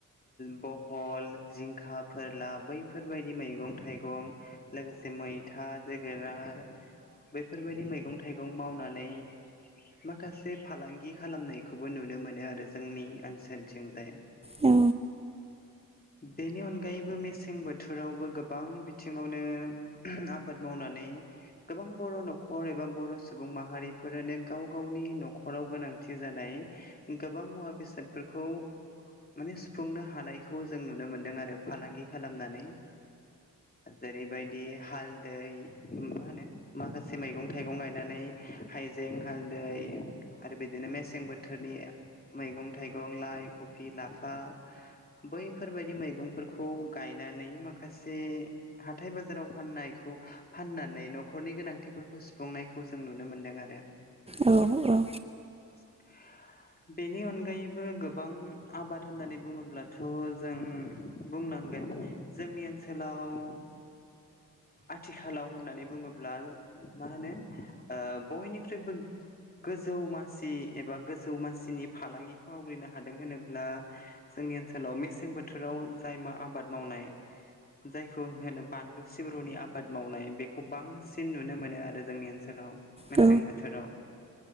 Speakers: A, on the left; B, on the right.
A: बहल जिंखा फोरला बैफोरबायदि मैगं थाइगं लोगोसे मैथा जोगोनार बैफोरबायदि मैगं थाइगं मावनानै माखासे फालांगि खालामनायखौबो नुनो मोनो आरो जोंनि ओनसोलथिंजाय
B: औ
A: बेनि अनगायैबो मेसें बोथोरावबो गोबां बिथिङावनो आबाद मावनानै गोबां बर' न'खर एबा बर' सुबुं माहारिफोरानो गाव गावनि न'खराव गोनां थि जानाय गोबां मुवा बेसादफोरखौ माने सुफुंनो हानायखौ जों नुनो मोन्दों आरो फालांगि खालामनानै जेरैबायदि हालदै मा होनो माखासे मैगं थाइगं गायनानै हाइजें हालदै आरो बिदिनो मेसें बोथोरनि मैगं थाइगं लाइ खफि लाफा बैफोरबायदि मैगंफोरखौ गायनानै माखासे हाथाय बाजाराव फाननायखौ फाननानै न न'खरनि गोनांथिफोरखौ सुफुंनायखौ जों नुनो मोन्दों आरो
B: औ औ
A: <unintelligible> बेनि अनगायैबो गोबां आबाद होननानै बुङोब्लाथ' जों बुंनांगोन जोंनि ओनसोलाव आथिखालाव होननानै बुङोब्ला ब्ला मा होनो बयनिख्रुइबो गोजौ मासि एबा गोजौ मासिनि फालांगिखौ आवग्रिनो हादों होनोब्ला जोंनि ओनसोलाव मेसें बोथोराव जाय मा आबाद मावनाय जायखौ होनो बानलु सिब्रुनि आबाद मावनाय बेखौ बां बांसिन नुनो मोनो आरो जोंनि ओनसोलाव मेसें
B: औ
A: बोथोराव